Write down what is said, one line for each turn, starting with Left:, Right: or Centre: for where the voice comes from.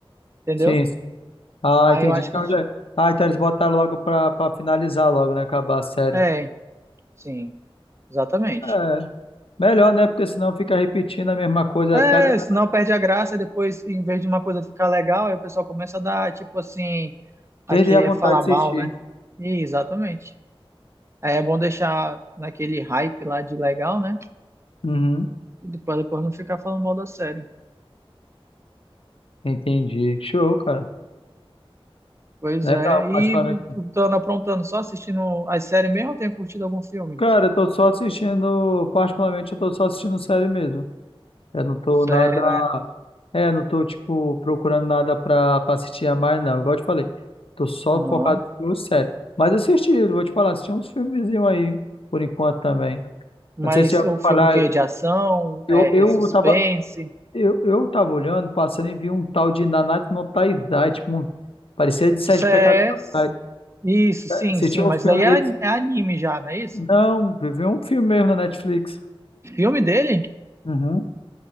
Right: entendeu?
Left: Sim, sim. Ah,
Right: Aí
Left: entendi.
Right: eu acho
Left: Então,
Right: que.
Left: já- Ah, então eles botaram logo pra, pra finalizar logo, né? Acabar a série.
Right: É, sim, exatamente.
Left: É, melhor, né? Porque senão fica repetindo a mesma coisa
Right: É,
Left: até a galera
Right: senão perde a graça e depois, em vez de uma coisa ficar legal, aí o pessoal começa a dar, tipo assim, aqui
Left: perder a vontade
Right: é falar mal,
Left: de assistir.
Right: né? E, exatamente. Aí é bom deixar naquele hype lá de legal, né?
Left: Uhum,
Right: E depois, depois não ficar falando mal da série.
Left: entendi. Show, cara.
Right: Pois
Left: Legal,
Right: é. E
Left: particularmente.
Right: tu anda aprontando, só assistindo as séries mesmo ou tem curtido algum filme?
Left: Cara, eu tô só assistindo, particularmente eu tô só assistindo série mesmo. Eu não tô
Right: Série,
Left: nada.
Right: né?
Left: É, não tô, tipo, procurando nada pra, pra assistir a mais, não. Igual eu te falei, tô só
Right: Aham.
Left: focado em filme sério. Mas assisti, eu vou te falar, assisti uns filmezinhos aí, por enquanto também.
Right: Mas
Left: Não sei se já ouviu
Right: o filme
Left: falar,
Right: que é de ação,
Left: eu,
Right: é,
Left: eu
Right: é suspense.
Left: tava, eu, eu tava olhando, passando e vi um tal de Nanatsu no Taizai, tipo, um, parecia de Sete
Right: Isso é.
Left: Pecados Capitais.
Right: Isso, sim,
Left: Assisti
Right: sim.
Left: um
Right: Mas
Left: filme
Right: daí
Left: deles,
Right: é, an- é anime já, não é isso?
Left: não, vi um filme mesmo na Netflix.
Right: Filme dele?
Left: Uhum.